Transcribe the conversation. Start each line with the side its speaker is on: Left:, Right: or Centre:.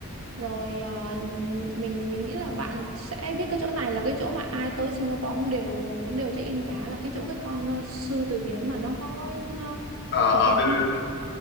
Right: rồi ờ, mình mình nghĩ là bạn sẽ biết cái chỗ này là cái chỗ mà ai tới Singapore cũng đều cũng đều check in cả là cái chỗ cái con ờ, sư tử biển mà nó có nó,
Left: à,
Right: mà có
Left: à, biết- biết- biết.